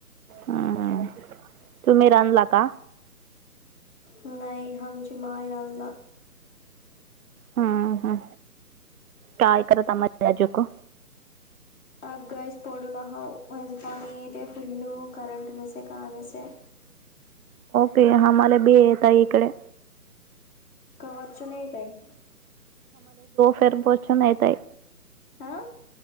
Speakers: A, on the right; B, on the left.
A: हम् तुम्ही रांधला का?
B: नाही हमची माहिरानला.
A: ह ह काय करता माझे राजकु
B: <unintelligible>
A: ते आम्हाला बी येत इकडे.
B: कवाच नाही काई.
A: फर बोचून नाय ताई.
B: आह.